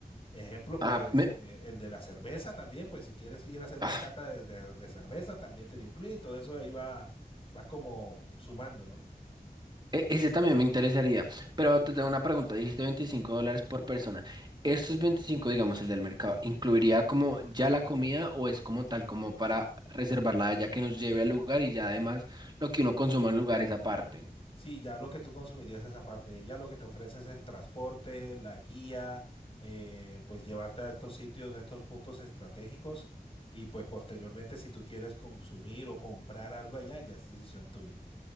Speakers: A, on the left; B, on the right.
A: Ejemplo, pues
B: Ah, me-
A: eh, el de la cerveza también, pues si quieres ir a hacer una
B: ah,
A: cata de, de- de cerveza, también te lo incluye, todo eso ahí va, vas como sumando, ¿no?
B: e- ese también me interesaría. Pero te tengo una pregunta. Dijiste 25 dólares por persona. ¿Estos 25, digamos, el del mercado, incluiría como ya la comida o es como tal, como para reservarla ya que nos lleve al lugar y ya además lo que uno consuma en lugares aparte?
A: Sí, ya lo que tú consumirías es aparte, ya lo que te ofrece es el transporte, la guía, eh, pues llevarte a estos sitios, a estos puntos estratégicos y pues posteriormente si tú quieres consumir o comprar algo allá, ya es decisión tuya.